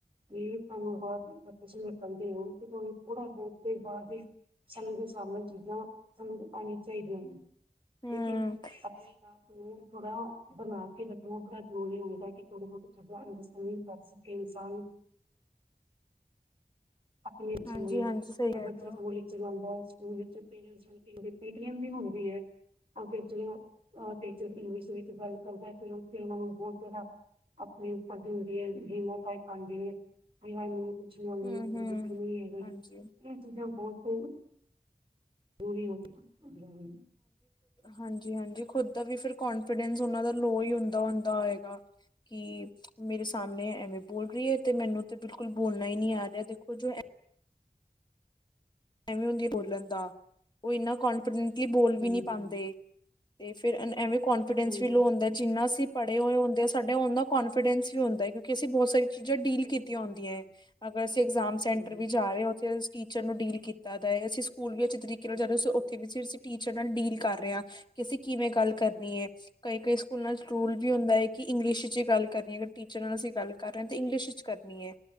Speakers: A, on the right; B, on the left.
A: ਵੀ ਤੁਹਾਨੂੰ ਬਾਅਦ ਵਾਪਿਸ ਨਿਕਲਦੇ ਹੋ, ਤੇ ਤੁਹਾਨੂੰ ਥੋੜਾ ਬਹੁਤ ਤੇ ਬਾਅਦ ਹੀ ਸਮੇਂ ਦੇ ਹਿਸਾਬ ਨਾਲ਼ ਚੀਜ਼ਾਂ ਆਣੀਆਂ ਚਾਹੀਦੀਆਂ ਨੇ। ਹੋਰ
B: ਹਮ
A: ਕੀ ਆਪਣੀ ਹਾਂ। ਤੇ ਥੋੜਾ ਬਣਾ ਕੇ ਲੱਗਣਾ ਬੜਾ ਜ਼ਰੂਰੀ ਹੁੰਦਾ, ਕਿ ਥੋੜਾ ਬਹੁਤ ਜਿਆਦਾ ਅੰਡਸਟੈਂਡਿੰਗ ਕਰ ਸਕੇ ਇਨਸਾਨ। ਆਪਣੀ ਅੱਛੀ
B: ਹਾਂਜੀ
A: ਹੋਈ
B: ਹਾਂਜੀ
A: ਅਗਰ
B: ਸਹੀ ਕਹਿ
A: ਬੱਚਾ
B: ਰਹੇ ਹੋ
A: ਸਕੂਲ ਵਿੱਚ ਜਾਦਾਂ। ਸਕੂਲ ਵਿੱਚ parents meeting P T M ਵੀ ਹੁੰਦੀ ਹੈ, ਅੱਗੇ ਜੀ ਹਾਂ ਅ ਟੀਚਰ ਇੰਗਲਿਸ਼ ਵਿੱਚ ਗੱਲ ਕਰਦਾ ਹੈ, ਤੇ ਉਥੇ ਉਹਨਾ ਨੂੰ ਬਹੁਤ ਜ਼ ਆਪਣੇ ਪੜ੍ਹਦੀ ਹੁੰਦੀ ਹੈ <unintelligible> ਕੁਛ ਲਿਆਉਣ ਵਾਲੇ।
B: ਹਮ
A: ਮੈਂ
B: ਹਮ
A: ਤੇ ਵੇਖੇ ਨੀ ਹੈਗਾ ਇਹ
B: ਹਾਂਜੀ
A: ਚੀਜ਼ਾਂ ਬਹੁਤ <unintelligible> ਦੂਰੀ <unintelligible>
B: ਹਾਂਜੀ-ਹਾਂਜੀ ਖੁਦ ਦਾ ਵੀ ਫਿਰ ਕਨਫੀਡੈਂਸ ਉਹਨਾਂ ਦਾ ਲੋਅ ਹੀ ਹੁੰਦਾ ਹੁੰਦਾ ਹੋਏਗਾ ਕਿ ਮੇਰੇ ਸਾਹਮਣੇ ਐਵੇਂ ਬੋਲ ਰਹੀ ਹੈ ਤੇ ਮੈਨੂੰ ਤੇ ਬਿਲਕੁਲ ਬੋਲਣਾ ਹੀ ਨਹੀਂ ਆ ਰਿਹਾ ਦੇਖੋ ਜੋ <unintelligible> ਐਵੇ ਹੁੰਦੀ ਬੋਲਣ ਦਾ ਉਹ ਇੰਨਾ ਕਾਨਫੀਡੈਂਟ ਬੋਲ ਵੀ
A: ਹਾਂਜੀ
B: ਨੀ ਪਾਉਂਦੇ
A: ਹਾਂਜੀ,
B: ਤੇ ਫਿਰ ਅਨ ਐਵੇਂ ਕੋਂਨਫੀਡੈਂਸ
A: ਬਿਲਕੁਲ
B: ਵੀ ਲੋ ਹੁਂਦਾ ਜਿੰਨਾ ਅਸੀਂ ਪੜੇ ਹੋਏ ਹੁੰਦੇ ਸੈ ਉਹਨਾਂਦਾ ਕੋਂਫੀਡੈਂਸ ਵੀ ਹੁੰਦਾ ਕਿਉਂਕਿ ਅਸੀਂ ਬਹੁਤ ਸਾਰੀ ਚੀਜ਼ਾਂ ਡੀਲ
A: ਬਿਲਕੁਲ
B: ਕੀਤੀਆਂ ਹੁੰਦੀਆਂ
A: ਬਿਲਕੁਲ
B: ਹੈ ਅਗਰ ਅਸੀਂ ਇਗਜ਼ਾਮ
A: ਬਿਲਕੁਲ
B: ਸੈਂਟਰ ਵੀ
A: ਹਾਂਜੀ
B: ਜਾ ਰਹੇ ਹਾਂ ਉੱਥੇ ਟੀਚਰ ਨੂੰ ਡੀਲ ਕੀਤੀ ਦ ਦਾਅ਼ਯਾ ਸ ਸਕੂਲ ਵੀ ਅੱਛੇ ਤਰੀਕੇ
A: ਹਾਂਜੀ
B: ਨਾਲ ਜਾਂਦੇ ਸੀ
A: ਹਾਂਜੀ
B: ਉੱਥੇ ਵੀ ਸਿਰਫ ਅਸੀਂ ਟੀਚ ਨਾਲ ਡੀਲ ਕਰ ਰਿਹਾ ਕਿ ਅਸੀਂ ਕਿਵੇਂ ਗੱਲ
A: ਹਾਂਜੀ
B: ਕਰਨੀ
A: ਹਾਂਜੀ
B: ਹੈ। ਕਈ-ਕਈ ਸਕੂਲਾਂ ਨਾਲ ਰੂਲ ਵੀ ਹੁੰਦਾ ਹੈ ਕਿ ਇੰਗਲਿਸ਼ ਚ ਗੱਲ ਕਰੀਏ ਅਗਰ ਟੀਚਰ ਨਾਲ ਅਸੀਂ ਗੱਲ ਕਰ ਰਹੇਂ ਤਾਂ ਇੰਗਲਿਸ਼ ਵਿੱਚ ਕਰਨੀ ਹੈ